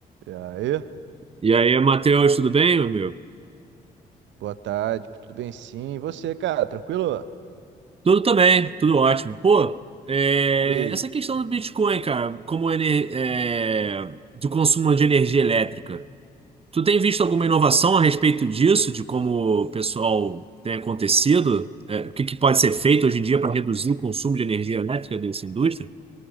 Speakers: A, on the right; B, on the right.
A: E aí?
B: E aí, Matheus, tudo bem, meu amigo?
A: Boa tarde, tudo bem sim? E você, cara, tranquilo?
B: Tudo também, tudo ótimo. Pô, é,
A: E aí?
B: essa questão do Bitcoin, cara, como ele, é, do consumo de energia elétrica, tu tem visto alguma inovação a respeito disso, de como o pessoal tem acontecido? É, o que que pode ser feito hoje em dia para reduzir o consumo de energia elétrica dessa indústria?